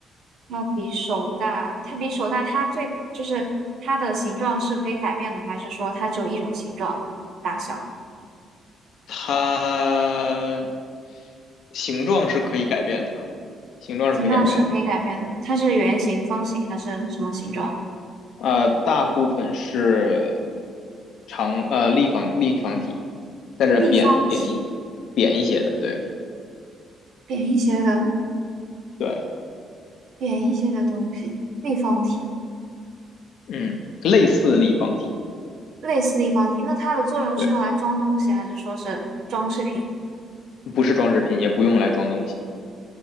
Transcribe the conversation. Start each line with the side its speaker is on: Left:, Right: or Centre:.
Right: 它比手大，它比手大，它最就是它的形状是可以改变的，还是说它只有一种形状大小？
Left: 它形状是可以改变的，形状是可以改变的，
Right: 形状是可以改变的，它是圆形、方形还是什么形状？
Left: 呃，大部分是长，呃，立方立方体，但是扁扁一
Right: 立方体，
Left: 扁一些的，对
Right: 扁一些的，
Left: 对，
Right: 扁一些的东西，立方体，
Left: 嗯，类似立方体，
Right: 类似立方体。那它的作用是用来装东西，
Left: 对，
Right: 还是说是装饰品？
Left: 不是装饰品，也不用来装东西，